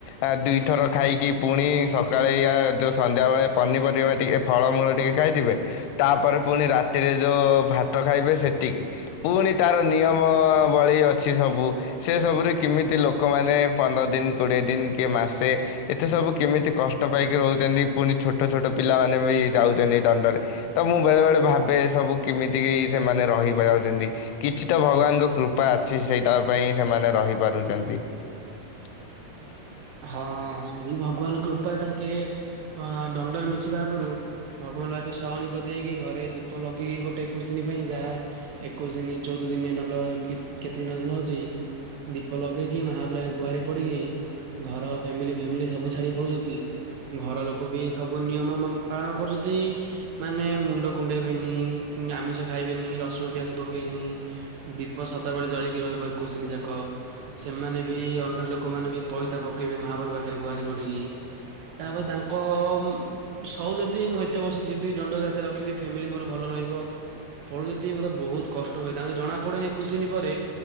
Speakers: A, on the left; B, on the right.
A: ଆ ଦୁଇଥର ଖାଇକି ପୁଣି ସକାଳେ ୟା ଯୋଉ ସନ୍ଧ୍ୟାବେଳେ ପନିପରିବା ଟିକେ ଏ ଫଳମୂଳ ଟିକେ ଖାଇଥିବେ ତାପରେ ପୁଣି ରାତିରେ ଯୋଉ ଭାତ ଖାଇବେ ସେତିକି। ପୁଣି ତାର ନିୟମ ବଳୀ ଅଛି ସବୁ ସେସବୁରେ କେମିତି ଲୋକମାନେ ଏ ପନ୍ଦର ଦିନ କୋଡ଼ିଏ ଦିନ କିଏ ମାସେ ଏତେ ସବୁ କେମିତି କଷ୍ଟ ପାଇକି ରହୁଚନ୍ତି ପୁଣି ଛୋଟ ଛୋଟ ପିଲାମାନେ ବି ଯାଉଚନ୍ତି ଦଣ୍ଡରେ ତ ମୁଁ ବେଳେବେଳେ ଭାବେ ଏସବୁ କେମିତି ଏଇ ସେମାନେ ରହିିବା ଯାଉଚନ୍ତି କିଛି ତ ଭଗବାନଙ୍କ କୃ ପା ଅଛି ସେଇଟା ପାଇଁ ସେମାନେ ରହିପାରୁଚନ୍ତି। <inaudible>
B: ହଁ ସେଇ ଭଗବାନ କୃପା ତାଙ୍କେ ଅ ଦଣ୍ଡରେ ମିଶିବା ଆଗରୁ ଭଗବାନଙ୍କ ପାଖେ ଶହଣୀ କରିଦେଇକି ଘରେ ଦୀପ ଲଗେଇକି ଗୋଟେ ଏକୋଇଶି ଦିନ ପାଇଁ ଯାହା ଏକୋଇଶ ଦିନି ଚଉଦ ଦିନି ଦଣ୍ଡ କେତ୍ କେତେ ଦିନ ଦଣ୍ଡ ଅଛି। ଦୀପ ଲଗେଇକି ମହାପ୍ରାୟ ଗୁହାରି ପଡିକି ଘର ଫ୍ୟାମିଲି ଫ୍ୟାମିଲି ସବୁ ଛାଡି ପଳଉଛନ୍ତି। ଘର ଲୋକ ବି ସବୁ ନିୟମ ମ ପାଳନ କରୁଛନ୍ତି। ମାନେ ମୁଣ୍ଡ କୁଣ୍ଡେଇବେନି ଆମିଷ ଖାଇବେନି ରସୁଣ ପିଆଜ ପକେଇବେନି। ଦୀପ ସଦାବେଳେ ଜଳିକି ରହିବ ଏକୋଇସିି ଦିନି ଯାକ ସେମାନେ ବି ଅ ଡ ଲୋକମାନେ ବି ପଇତା ପକେଇବେ ମହାପରୁ ପାଖରେ ଗୁହାରି ପଡିକି ତାପରେ ତାଙ୍କ ମ୍ ସଉ ଯଦି ମୁଁ ଏତେ ବର୍ଷ ଯିବି ଦଣ୍ଡ ଯାତରେ ରଖିବି ଫ୍ୟାମିଲି ମୋର ଭଲ ରହିବ। ପଳୁ ମୋତେ ବହୁତ କଷ୍ଟ ହୁଏ ତାଙ୍କୁ ଜଣା ପଡେନି ଏକୋଇଶ ଦିନ ପରେ